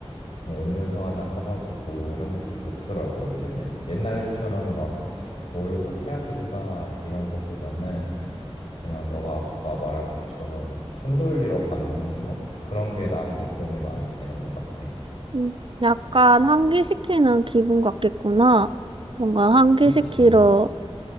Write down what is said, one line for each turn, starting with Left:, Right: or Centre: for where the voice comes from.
Left: 그냥 음료수 하나 사가지고, 이런 것도 좋더라고, 요즘엔. 옛날처럼 막, 뭐를 꼭 해야 된다, 이런 것보다는, 그냥 너가 아까 말한 것처럼 숨 돌리러 가는 거? 그런 게 나한테 도움이 많이 되는 것 같아.
Right: 음, 약간 환기시키는 기분 같겠구나. 뭔가 환기시키러
Left: 그치.